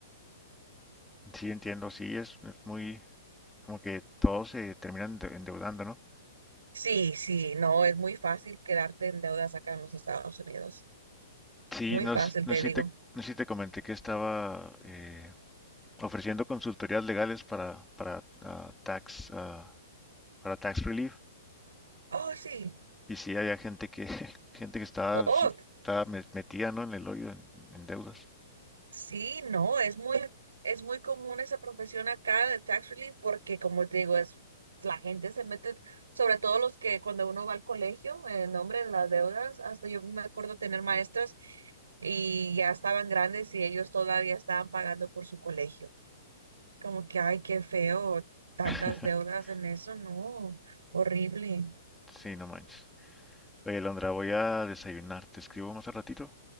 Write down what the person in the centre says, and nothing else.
Sí, entiendo, sí, es, es muy como que todos se terminan ende- endeudando, ¿no?
Sí,
no,
s- no
sé
si te, no sé si te comenté que estaba eh, ofreciendo consultorías legales para, para ah, tax, ah, para tax relief
y sí había gente que, <laughs> gente que estaba,
su- estaba me- metida, ¿no? En el hoyo en, en deudas.
<laughs>
Sí, no manches. Oye, Londra, voy a desayunar, ¿te escribo más al ratito?